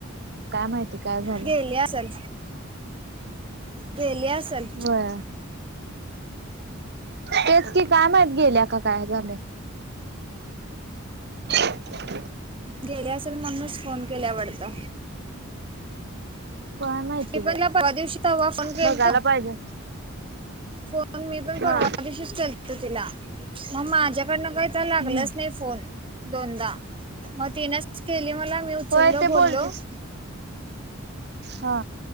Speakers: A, on the right; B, on the right.
A: माहिती काय झालंय
B: गेली असल. गेली असल.
A: होय. तेच की काय माहत गेले काय झालंय. ह <inaudible>
B: गेले असेल म्हणूनच फोन केल्या वाडता.
A: काय माहिती
B: टिपन
A: बाई
B: ला <unintelligible> पवा दिवशी त हवा फण गेलतो
A: बघायला पाहिजे
B: फोन मी पण परवाीशीच
A: हा
B: केलतो. लतो तुला मग माझ्याकडनं काही तर लागलंच
A: हम्म
B: नाही फोन. दोनदा, मग तीनच केली मला मी उचललो
A: होय ते
B: बोललो.
A: बोलीस, हा.